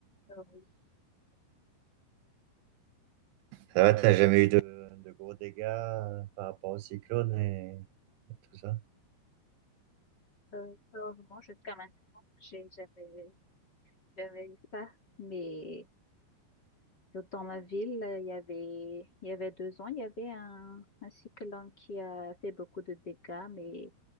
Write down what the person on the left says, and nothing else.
Euh, oui.
Euh, heureusement, jusqu'à maintenant, j'ai jamais, jamais eu ça. Mais dans ma ville, euh, il y avait, il y avait deux ans, il y avait un, un cyclone qui a fait beaucoup de dégâts, mais